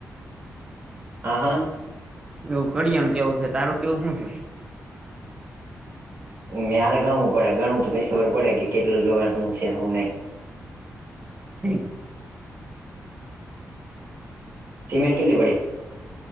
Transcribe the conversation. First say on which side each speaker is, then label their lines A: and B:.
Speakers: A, on the right; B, on the right.
A: હા હા.
B: એવું કરડિયા ન કેવું છે તારું કેવું શું છે?
A: મેરે ગણવું પડે ગણવું તો પછી ખબર પડે કે કેટલું જોવા હું છે હું નહી- -
B: હમ.
A: સિમેન્ટ કેટલી પડી?